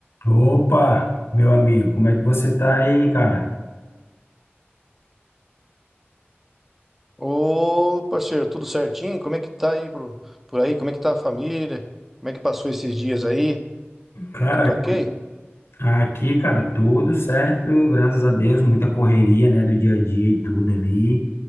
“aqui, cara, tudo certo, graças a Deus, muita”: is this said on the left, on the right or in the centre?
Left